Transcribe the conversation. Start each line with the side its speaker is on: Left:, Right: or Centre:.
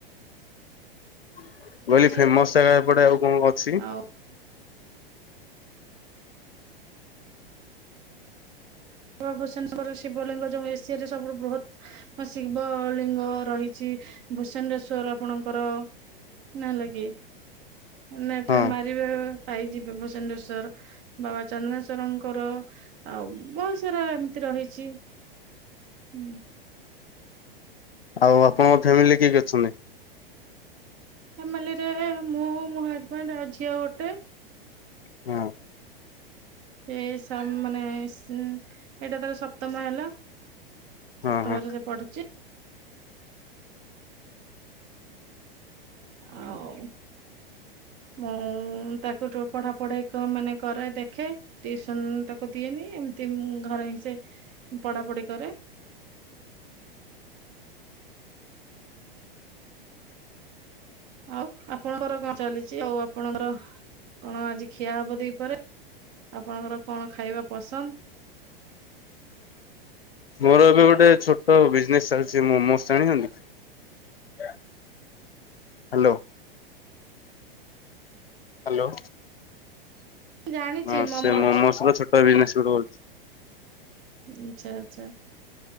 Left: ମୁଁ କହିଲି
Right: ଛି
Left: ଫେମସ ଜାଗା ଏପଟେ ଆଉ କଣ ଅଛି?
Right: ଆଉ ଅ ଭୂଷଣ୍ଡେପୁର ଶିବଲିଙ୍ଗ ଉ ଏସିଆରେ ସବୁଠୁ ବୃହତ ଶିବ ଲିଙ୍ଗ ରହିଛି ଭୂସଣ୍ଡେଶ୍ଵର ଆପଣଙ୍କର ର ନହେଲେ କି ନେଟ
Left: ହଁ
Right: ରେ ମାରିବେ ପାଇ ଯିବେ, ଭୁସଣ୍ଡେଶ୍ଵର ବାବା ଚନ୍ଦନେଶ୍ଵରଙ୍କର ଆଉ ବ ଯୋଉରା ଏମିତି ରହିଛି ହୁଁ।
Left: ଆଉ ଆପଣଙ୍କ ଫ୍ୟାମିଲି କିଏ କିଏ ଅଛନ୍ତି?
Right: ଫେମିଲିରେ ମୁଁ ମୋ ହଜବେଣ୍ଡ ଆଉ ଝିଅ ଗୋଟେ।
Left: ହଁ।
Right: ଏ ସା ମାନେ ସ ଏଇଟା ତାର ସପ୍ତମ ହେଲା।
Left: ହଁ
Right: ସପ୍ତମରେ
Left: ହଁ
Right: ସେ ପଢୁଛି। ଆଉ ମୁଁ-ଉ-ଉ-ଉ ତାକୁ ଟୋ ପଢା ପଢାଇ କ ମାନେ କରାଏ ଦେଖେ ଟିଉସନ ତାକୁ ଦିଏନି ଏମତି ତିମ୍ ଘରେ ହିଁ ସେ ପଢାପଢି କରେ। ଆଉ ଆପଣଙ୍କର କଣ ଚାଲିଛି ଆଉ ଆପଣଙ୍କର କଣ ଆଜି ଖିଆ ହବ ଦି ପହରେ, ଆପଣଙ୍କର କଣ ଖାଇବା ପସନ୍ଦ? <inaudible>
Left: ମୋର ଏବେ ଗୋଟେ ଛୋଟ ବିଜନେସ ଚାଲିଛି ମୋମୋସ୍ ଜାଣିଛନ୍ତି? ହ୍ୟାଲୋ। ହ୍ୟାଲୋ।
Right: ଜାଣିଛି
Left: ହଁ
Right: ମମୋଜ
Left: ସେ ମୋମୋସ୍ ର ଛୋଟ ବିଜନେସ୍ ଗୋଟେ କରୁଛି।
Right: ଆଛା ଆଛା